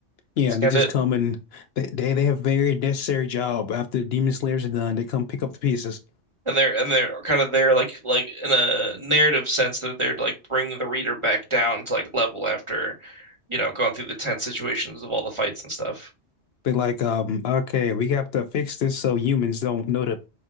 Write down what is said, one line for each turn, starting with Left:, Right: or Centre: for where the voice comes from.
Left: Yeah,
Right: It's kind
Left: they just
Right: of it.
Left: come and they, they they have very necessary job. After Demon Slayers are done, they come pick up the pieces.
Right: And they're and they're kind of there like like in a narrative sense they're there to like bring the reader back down to like level after, you know, going through the tense situations of all the fights and stuff.
Left: They're like, um, okay, we have to fix this so humans don't know the